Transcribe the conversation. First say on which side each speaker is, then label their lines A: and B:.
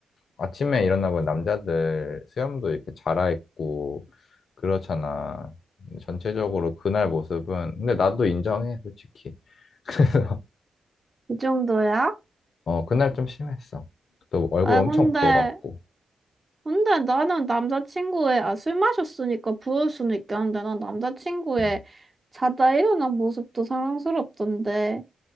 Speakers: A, on the left; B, on the right.
A: 아침에 일어나면 남자들 수염도 이렇게 자라있고 그렇잖아 근데 전체적으로 그날 모습은 근데 나도 인정해 솔직히 <laughs>
B: 그 정도야?
A: 어 그날 좀 심했어 또 얼굴
B: 아,
A: 엄청
B: 근데,
A: 부어갖고
B: 근데 나는 남자친구의, 아, 술 마셨으니까 부을 수는 있겠는데, 난 남자친구의
A: 음.
B: 자다 일어난 모습도 사랑스럽던데.